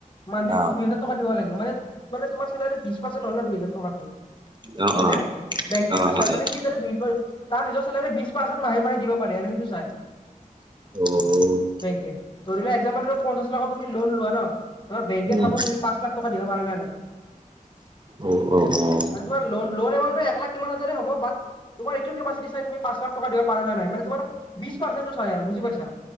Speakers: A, on the left; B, on the right.
A: মান্থলি
B: অ অ
A: তুমি দু হেজাৰ টকা দিব লাগিব মানে তোমাৰ চেলাৰী বিছ পাৰ্চেণ্ট হ'লে দুই হেজাৰ টকাটো।
B: অ
A: হয়নে, বেংকে
B: অ
A: এইটো চাই
B: হয়
A: মানে হে যাতে দুই, তাৰ নিজৰ চেলাৰী বিছ পাৰ্চেণ্ট মাহে মাহে দিব পাৰে আৰু সেইটো চাই।
B: অ'।
A: বেংকে, ধৰি লোৱা এক্সাম্পুল ললোঁ পঞ্চাশ লাখৰ তুমি লোন লোৱা ন' বেংকে
B: উম
A: চাব তুমি পাঁচ লাখ টকা দিব পাৰা না নাই।
B: অ', অ', অ'।
A: মানে তোমাৰ লোন এমাউনটো এক লাখ কিমান হাজাৰে হ'ব বাট তোমাৰ এইটো কেবছিডি চাই তুমি পাঁচ লাখ টকা দিব পাৰা নে নাই, মানে তোমাৰ বিছ পাৰ্চেনটো চাই বুজি পাইছা?